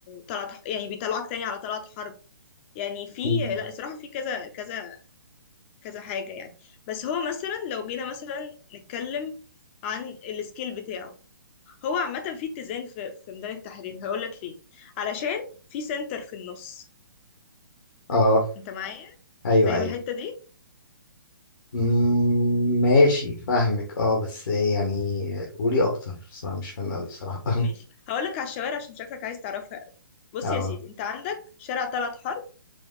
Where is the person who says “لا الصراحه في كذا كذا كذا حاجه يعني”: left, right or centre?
Left